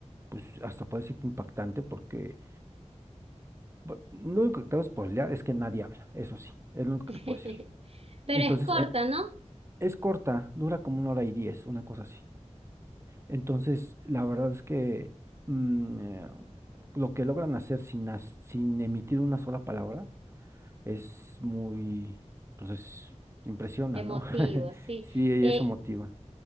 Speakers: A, on the right; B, on the right.
A: pues hasta puede ser que impactante porque bu- lo único que te voy a spoilear es que nadie habla, eso sí, es lo único
B: <laughs>
A: que te puedo decir.
B: pero
A: Entonces,
B: es corta,
A: eh,
B: ¿no?
A: es corta, dura como una hora y diez, una cosa así. Entonces, la verdad es que mm, eh, lo que logran hacer sin, as- sin emitir una sola palabra es muy, pues es, impresiona,
B: Emotivo,
A: ¿no? <laughs>
B: sí.
A: Sí, y
B: Eh,
A: eso motiva.